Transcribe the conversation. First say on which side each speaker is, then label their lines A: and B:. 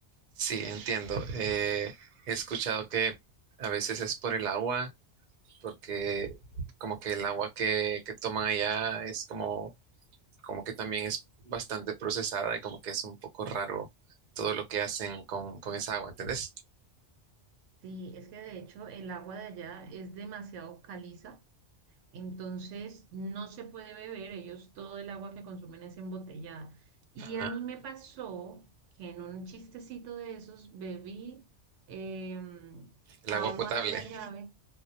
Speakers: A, on the right; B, on the right.
A: Sí, entiendo. Eh, he escuchado que a veces es por el agua, porque como que el agua que, que toman allá es como, como que también es bastante procesada y como que es un poco raro todo lo que hacen con, con esa agua, ¿entendés?
B: Sí, es que de hecho el agua de allá es demasiado caliza, entonces no se puede beber, ellos todo el agua que consumen es embotellada. Y a
A: Ah,
B: mí me pasó que en un chistecito de esos bebí em,
A: el
B: agua
A: agua potable.
B: de la llave